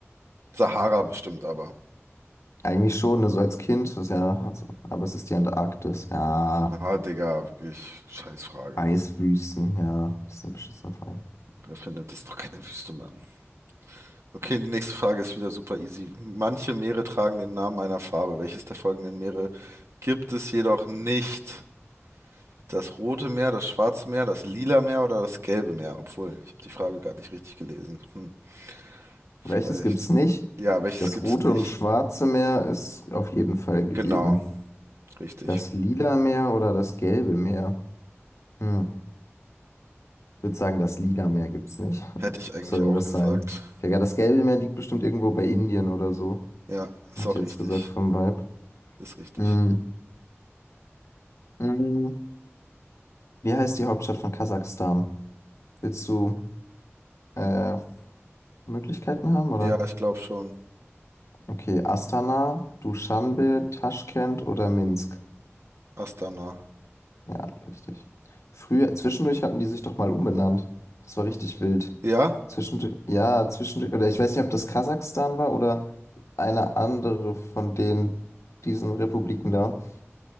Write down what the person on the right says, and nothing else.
Sahara bestimmt aber.
Ah, Digga, wirklich, scheiß Frage.
Wer findet das doch keine Wüste, Mann? Okay, die nächste Frage ist wieder super easy. Manche Meere tragen den Namen einer Farbe. Welches der folgenden Meere gibt es jedoch nicht? Das Rote Meer, das Schwarze Meer, das Lila Meer oder das Gelbe Meer? Obwohl, ich habe die Frage gerade nicht richtig gelesen. Hm, vielleicht.
Ja, welches
gibt's
nicht?
Genau, richtig.
Hätte
ich eigentlich
auch
gesagt.
Ja, ist
auch
richtig.
Ist richtig.
Ja, ich glaube schon.
Astana.
Ja?